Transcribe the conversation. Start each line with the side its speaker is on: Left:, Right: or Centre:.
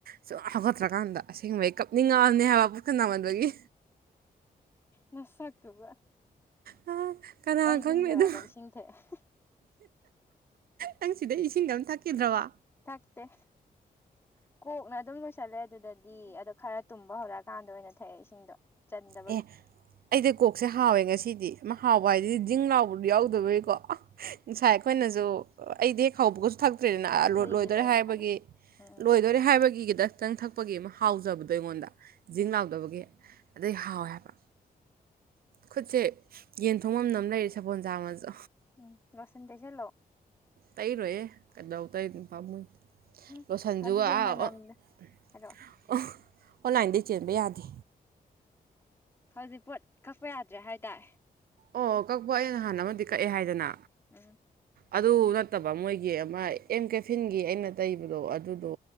Right: ꯁꯨꯝ ꯍꯥꯒꯠꯇ꯭ꯔꯀꯥꯟꯗ ꯑꯁꯦꯡꯕꯩ ꯀꯞꯅꯤꯡꯉꯛꯑꯅꯤ ꯍꯥꯏꯕ ꯄꯨꯁꯅꯥꯃꯟꯕꯒꯤ
Left: ꯅꯁꯥꯛ ꯇꯨꯒꯥ
Right: ꯑ ꯀꯅꯥ
Left: ꯑꯩ
Right: ꯈꯪꯅꯤ
Left: ꯌꯨꯝ ꯌꯧꯔꯒ
Right: ꯑꯗꯨꯝ
Left: ꯏꯁꯤꯡ ꯊꯛꯑꯦ
Right: ꯅꯪ ꯁꯤꯗ ꯏꯁꯤꯡꯗ ꯑꯃ ꯊꯛꯈꯤꯗ꯭ꯔꯕ
Left: ꯊꯛꯇꯦ ꯀꯣꯛꯅ ꯑꯗꯨꯝ ꯂꯣꯏ ꯆꯠꯂꯦ ꯑꯗꯨꯗꯗꯤ ꯑꯗꯣ ꯈꯔ ꯇꯨꯝꯕ ꯍꯧꯔꯛꯑꯦ ꯀꯥꯟꯗ ꯑꯣꯏꯅ ꯊꯛꯑꯦ ꯏꯁꯤꯡꯗꯣ ꯆꯟꯗꯕꯒꯤ
Right: ꯑꯦ ꯑꯩꯗ ꯀꯣꯛꯁꯦ ꯍꯥꯎꯋꯦ ꯉꯁꯤꯗꯤ ꯍꯥꯎꯕ ꯍꯥꯏꯗꯤꯗꯤ ꯖꯤꯡ ꯂꯥꯎꯕꯗꯨ ꯌꯥꯎꯗꯕꯒꯤꯀꯣ ꯉꯁꯥꯏ ꯑꯩꯈꯣꯏꯅꯁꯨ ꯑꯩꯗꯤ ꯍꯦꯛ ꯍꯥꯎꯕꯒꯁꯨ ꯊꯛ ꯇꯔꯤꯅ ꯂꯣꯏꯗꯣꯔꯦ
Left: ꯀꯨꯏꯈꯤꯕ꯭ꯔꯥꯅ
Right: ꯍꯥꯏꯕꯒꯤ
Left: ꯈꯜꯂ ꯎꯝ
Right: ꯂꯣꯏꯗꯣꯔꯦ ꯍꯥꯏꯕꯒꯤ ꯈꯤꯇꯪ ꯈꯤꯇꯪ ꯑꯃ ꯍꯥꯎꯖꯕꯗꯣ ꯑꯩꯉꯣꯟꯗ ꯖꯤꯡ
Left: ꯎꯝ
Right: ꯂꯥꯎꯗꯕꯒꯤ ꯑꯗꯩ ꯍꯥꯎꯋꯦ ꯍꯥꯏꯕ ꯈꯨꯠꯁꯦ ꯌꯦꯟ ꯊꯣꯡꯉꯝ ꯑꯃ ꯂꯩꯔꯤ ꯁꯄꯣꯜ ꯆꯥꯡꯃꯁꯨ
Left: ꯎꯝ ꯔꯣꯁꯟ ꯇꯩꯁꯦꯂꯣ
Right: ꯇꯩꯔꯣꯏꯌꯦ ꯀꯩꯗꯧ ꯇꯩꯗꯅ ꯄꯥꯝꯃꯣꯏ
Left: ꯎꯝ
Right: ꯂꯣꯁꯟꯖꯨꯒ
Left: ꯑꯗꯨꯗꯤ
Right: ꯑꯣꯟꯂꯥꯏꯟꯗꯒꯤ
Left: ꯃꯅꯝꯗ ꯍꯥꯏꯔꯛꯑꯣ
Right: ꯆꯦꯟꯕ ꯌꯥꯗꯦ
Left: ꯍꯧꯖꯤꯛ ꯄꯣꯠ ꯀꯛꯄ ꯌꯥꯗ꯭ꯔꯦ ꯍꯥꯏ ꯇꯔꯦ
Right: ꯑꯣ ꯀꯛꯄ ꯑꯩ ꯅꯍꯥꯟ ꯑꯃꯗꯤ ꯀꯛꯑꯦ ꯍꯥꯏꯗꯅ
Left: ꯎꯝ
Right: ꯑꯗꯨ ꯅꯠꯇꯕ ꯃꯣꯏꯒꯤ ꯑꯃ ꯑꯦꯝ ꯀꯦꯐꯤꯟꯒꯤ ꯑꯩꯅ ꯇꯩꯕꯗꯣ ꯑꯗꯨꯗꯣ